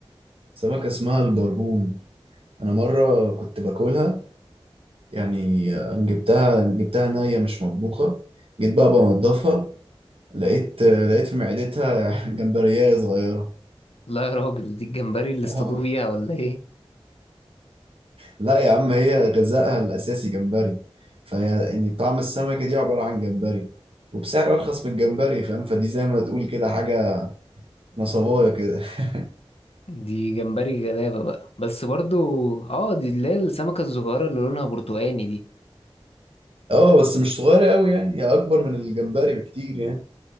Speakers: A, on the right; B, on the left.
A: سمكه اسمها البربون انا مره كنت باكلها يعني آه، انا جبتها جبتها نيه مش مطبوخه جيت بقى بنضفها لقيت آه، لقيت في معدتها <laughs> جمبريه صغيره
B: لا يا راجل دي الجمبري اللي
A: <laughs>
B: اصطادوه بيها ولا ايه
A: لا يا عم هي غذائها الأساسي جمبري فهي يعني طعم السمكة دي عبارة عن جمبري وبسعر أرخص من الجمبري فاهم فدي زي ما تقول كده حاجة نصباية كده <laughs>
B: دي جمبري غلابة بقى بس برضو اه دي اللي هي السمكة الصغيرة اللي لونها برتقاني دي
A: اه بس مش صغيرة قوي يعني هي أكبر من الجمبري بكتير يعني